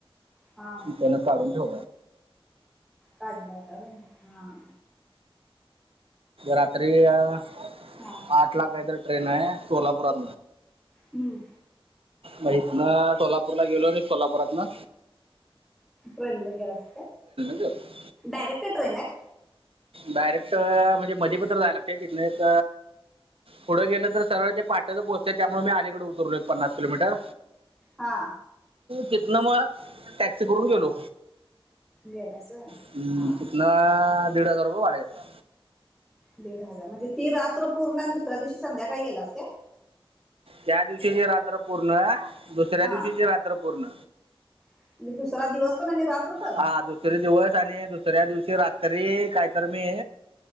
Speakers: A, in the centre; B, on the right.
A: हा
B: त्यान काढून ठेव
A: काडलाता होता व्हय हर
B: रात्री आठ
A: हा
B: ला काही तर ट्रेन आहे सोलापुरात
A: हम्म
B: मात ना सोलापूरला गेलो ना सोलापुरात ना
A: ट्रेनला ग र अस
B: गेलो
A: डयरक्ट ट्रेन आहे
B: डायरेक्ट म्हणजे मध्येे पत्र जायलागते तिथन एक पुढं गेलं तर सरळ ते पाट्याच पोहचते त्यामुळे मी आलीकडे उतरलो एक पन्नास किलोमीटर
A: हा
B: तीतन म टॅक्सी करून गेलो
A: गेलास होय
B: हम्म
A: हा
B: कितना दीड हजार रुपये वाढा घेतला
A: दीड हजार म्हणजे ती रात्र पूर्ण आणि दुसऱ्या दिवशी संध्याकाळी गेलास का
B: त्या दिवशीची रात्र पूर्ण दुसऱ्या
A: हा
B: दिवशीचे रात्र पूर्ण
A: म्हणजे दुसरा दिवस पण आणि रात्र पण
B: हा दुसरे दिवस आणि दुसऱ्या दिवशी रात्री कायतर मी